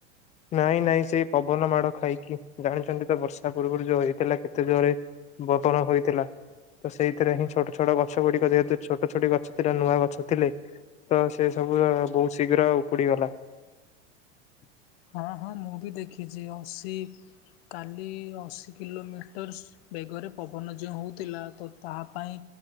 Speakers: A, on the left; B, on the left.
A: ନାଇଁ ନାଇଁ ସେଇ ପବନ ମାଡ଼ ଖାଇକି ଜାଣିଛନ୍ତି ତ ବର୍ଷା ପୂର୍ବରୁ ଯୋଉ ହେଇଥିଲା କେତେ ଜୋରେ <unintelligible> ତ ସେଇଥିରେ ହିଁ ଛୋଟ ଛୋଟ ଗଛ ଗୁଡିକ ଯେହେତୁ ଛୋଟ ଛୋଟ ଗଛ ଥିଲା ନୂଆ ଗଛ ଥିଲେ। ତ ସେ ସବୁ ବହୁତ ଶୀଘ୍ର ଉପୁଡିଗଲା।
B: ହଁ ହଁ ମୁଁ ଭି ଦେଖିଛି ଅଶି କାଲି ଅଶୀ କିଲୋମିଟର୍ସ ବେଗରେ ପବନ ଯେଉଁ ହେଉଥିଲା ତ ତାହା ପାଇଁ